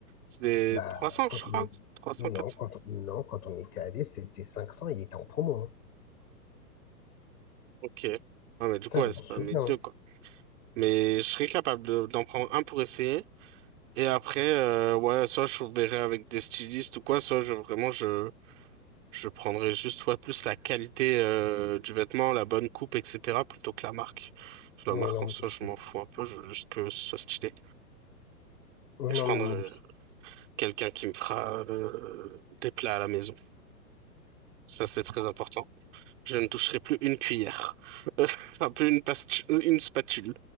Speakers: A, on the right; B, on the left.
A: C'est des
B: Bah,
A: 300,
B: quand
A: je crois.
B: on y-
A: 300,
B: Non,
A: 400.
B: quand on... non, quand on était allé, c'était 500 il était en promo. hein.
A: Ok. Ouais, mais
B: Ça,
A: du coup, ouais,
B: je m'en
A: c'est
B: souviens.
A: pas 1200,
B: hein.
A: quoi. Mais je serais capable de- d'en prendre un pour essayer. Et après, euh, ouais, soit je verrai avec des stylistes ou quoi, soit je, vraiment, je, Je prendrais juste ouais, plus la qualité euh, du vêtement, la bonne coupe, etc. plutôt que la marque. La
B: Ouais,
A: marque
B: non,
A: en
B: moi
A: soi,
B: aussi.
A: je m'en fous un peu, je veux juste que ce soit stylé.
B: Ouais,
A: Et
B: non,
A: je prendrais
B: mais moi
A: euh,
B: aussi.
A: quelqu'un qui me fera euh, des plats à la maison. Ça, c'est très important. Je ne toucherai plus une cuillère. <laughs> Enfin, plus une, pastu- une spatule.